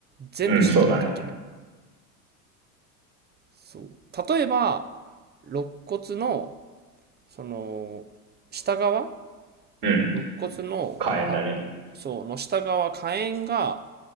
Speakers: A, on the right; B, on the right.
A: 全部知ってないといけない。
B: うん、そうだね。
A: そう。例えば、肋骨の、その、下側、
B: うん、
A: 肋骨の、
B: 火炎だね。
A: は、そう、の下側、下縁が、